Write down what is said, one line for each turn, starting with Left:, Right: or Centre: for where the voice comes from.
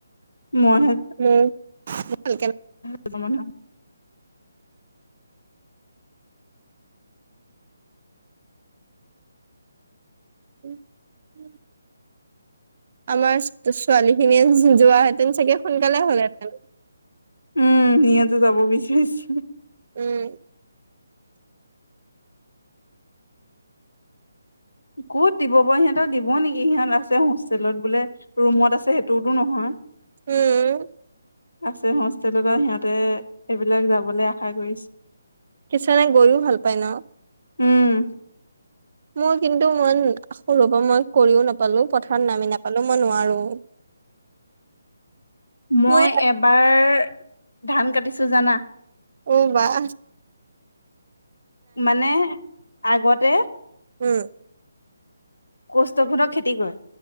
Left: মই হে
Right: উম। ভালকে
Left: ত' মান <unintelligible>
Right: উম, উম। আমাৰ ছোৱালী খিনিয়ে যোৱাহেঁতেন চাগে সোনকালে হ'লহেঁতেন।
Left: উম, সিহঁতে যাব বিচাৰিছে।
Right: উম।
Left: ক'ত দিব বাও, সিহঁতৰ দিব নেকি সিহঁত আছে হোষ্টেলত বোলে, ৰুমত আছে টোৰ টো নহয়।
Right: উম।
Left: আছে হোষ্টেলত সিহঁতে সেইবিলাক যাবলৈ আশা কৰিছে।
Right: কিছুমানে, গৈয়ো ভাল পায় ন।
Left: উম।
Right: মোৰ কিন্তু মই সৰুৰ পৰা মই কৰিও নাপালো, পথাৰত নামি নাপালো, মই নোৱাৰো।
Left: মই
Right: মোৰ
Left: এবাৰ ধান কাটিছো, জানা।
Right: অঁ বাহ।
Left: মানে আগতে
Right: উম।
Left: কষ্ঠত ফলত খেতি কৰে